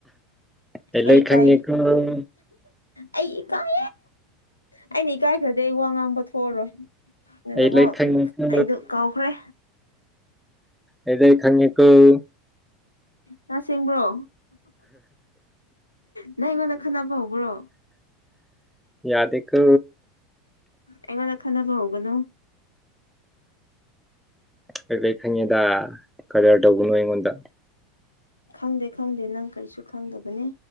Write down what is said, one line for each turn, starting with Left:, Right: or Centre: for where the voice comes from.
Centre: ꯑꯦꯂ
Left: ꯑꯩ ꯏꯀꯥꯏꯌꯦ
Centre: ꯈꯪꯉꯤꯀꫭ
Left: ꯑꯩ ꯏꯀꯥꯏ ꯑꯩꯅ ꯏꯀꯥꯏꯈ꯭ꯔꯗꯤ ꯑꯩ ꯋꯥ ꯉꯥꯡꯕ ꯊꯣꯛꯑꯔꯣꯏ ꯅꯅꯀꯣ
Centre: ꯑꯩ ꯂꯣꯏ ꯈꯪꯉꯦꯀꯣ
Left: ꯑꯩꯗꯨ ꯀꯥꯎꯈ꯭ꯔꯦ
Centre: ꯑꯦꯗ ꯈꯪꯅꯤꯀꫭ
Left: ꯉ ꯁꯦꯡꯕ꯭ꯔꯣ ꯅꯪ ꯑꯩꯉꯣꯟꯗ ꯈꯟꯅꯕ ꯍꯧꯕ꯭ꯔꯣ
Centre: ꯌꯥꯗꯦꯀꯣ
Left: ꯑꯩꯉꯣꯟꯗ ꯈꯟꯅꯕ ꯍꯧꯒꯅꯨ
Centre: ꯀꯩ ꯀꯩ ꯈꯪꯉꯦꯗ ꯀꯗꯔ ꯇꯧꯕꯅꯣ ꯑꯩꯉꯣꯟꯗ
Left: ꯈꯪꯗꯦ ꯈꯪꯗꯦ ꯅꯪ ꯀꯔꯤꯁꯨ ꯈꯪꯗꯕꯅꯤ